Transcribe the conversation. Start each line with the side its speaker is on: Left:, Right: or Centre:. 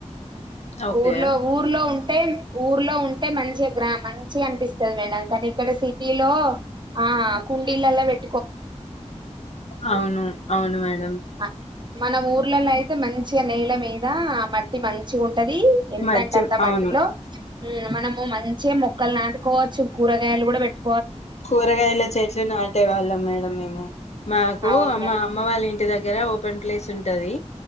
Left: ఓకే
Right: ఊర్లో ఊర్లో ఉం టే ఊర్లో ఉంటే మంచి గ్రామం మంచిగనిపిస్తది మేడం కానీ ఇక్కడ సిటీలో ఆ కుండీలలో పెట్
Left: అవును అవును మేడం
Right: మ మన ఊర్లలో అయితే మంచిగా నేళ్ల మీద మట్ ది మంచి ఉంట ఉంటది ఎంతంటే
Left: మధ్య
Right: అంత మట్టిలో
Left: అవును
Right: మనము మంచిగ మొక్కలు నాటుకోవచ్చు కూరగాయలు కూడా పెట్టు
Left: కూరగాయల చెట్లు నాటే వాళ్ళం మేడం మేము మాకు
Right: అవును
Left: అమ్
Right: మేడం
Left: మా అమ్మ వాళ్ళ ఇ ఇంటి దగ్గర ఓపెన్ ప్లేస్ ఉంటది